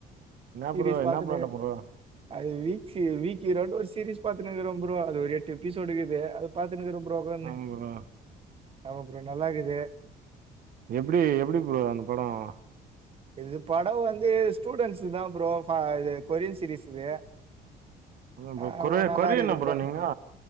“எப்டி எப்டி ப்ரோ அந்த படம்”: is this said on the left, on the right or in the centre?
Right